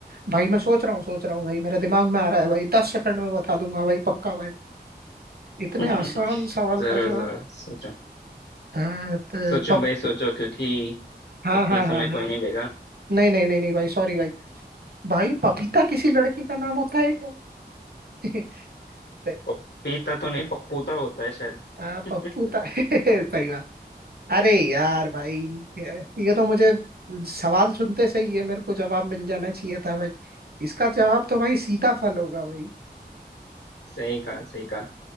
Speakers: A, on the right; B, on the left.
A: भाई मैं सोच रहा हूँ सोच रहा हूँ भाई मेरे दिमाग में आ रहा है भाई दस सेकंड में बता दूंगा भाई पक्का भाई इतने
B: <laughs>
A: आसान सवाल
B: जरूर
A: का जवाब
B: जरूर सोचो
A: हाँ तो
B: सोचो
A: पप
B: भाई सोचो क्योंकि
A: हाँ
B: इतना
A: हाँ हाँ
B: समय
A: हाँ
B: कोई नहीं देगा
A: नहीं नहीं नहीं नहीं भाई सॉरी भाई भाई पपीता किसी लड़की का नाम होता है क्या <laughs> सही-
B: पपीता तो नहीं पप्पूता होता है शायद
A: हाँ
B: <laughs>
A: पप्पूता <laughs> सही बात अरे यार भाई ये तो मुझे सवाल सुनते से ही है मेरे को जवाब मिल जाना चाहिए था भाई इसका जवाब तो भाई सीताफल होगा भाई
B: सही कहा सही कहा